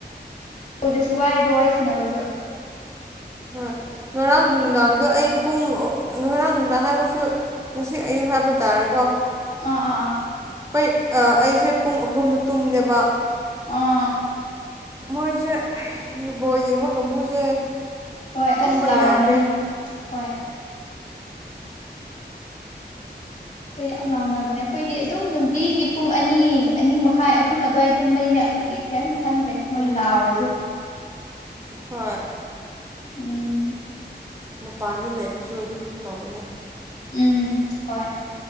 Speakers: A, on the left; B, on the right.
A: <unintelligible> ꯋꯥꯥꯏꯕ ꯋꯥꯔꯤ ꯁꯥꯟꯅꯕꯁꯨ꯫
B: ꯍꯣꯏ ꯉꯔꯥꯡ ꯅꯨꯡꯗꯥꯡꯗ ꯑꯩ ꯄꯨꯡ ꯉꯔꯥꯡ ꯅꯨꯡꯗꯥꯡ ꯍꯥꯏꯔꯁꯨ ꯉꯁꯤ ꯑꯌꯨꯛ ꯍꯥꯏꯕ ꯇꯥꯔꯦꯀꯣ꯫
A: ꯑꯥ ꯑꯥ ꯑꯥ
B: ꯑꯩ ꯑꯩꯁꯦ ꯄꯨꯡ ꯑꯍꯨꯝꯅ ꯇꯨꯝꯅꯦꯕ
A: ꯑꯥ
B: ꯃꯣꯏꯁꯦ ꯕꯣꯜ ꯌꯦꯡꯕ ꯀꯥꯡꯕꯨꯁꯦ
A: ꯍꯣꯏ
B: ꯇꯨꯝꯕ
A: ꯑꯁ ꯂꯥꯎꯔꯝꯃꯅꯤ
B: ꯌꯥꯗ꯭ꯔꯦ
A: ꯍꯣꯏ ꯑꯩꯈꯣꯏ ꯌꯥꯝ ꯂꯥꯎꯅꯕꯅꯦ ꯑꯩꯈꯣꯏꯗꯤ ꯑꯗꯨꯝ ꯅꯨꯡꯇꯤꯒꯤ ꯄꯨꯡ ꯑꯅꯤ ꯑꯅꯤ ꯃꯈꯥꯏ ꯑꯍꯨꯝ ꯑꯗꯨꯋꯥꯏꯗ ꯇꯨꯝꯕꯅꯤꯅ ꯑꯩꯈꯣꯏꯗꯤ ꯀꯩꯝ ꯈꯟꯗ꯭ꯔꯦ ꯃꯣꯏ
B: ꯎꯝ
A: ꯂꯥꯎꯔꯁꯨ
B: ꯍꯣꯏ
A: ꯎꯝ
B: ꯃꯄꯥꯟꯗ ꯂꯩꯕꯁꯨ ꯑꯗꯨꯝ ꯇꯧꯕꯅꯦ
A: ꯎꯝ ꯍꯣꯏ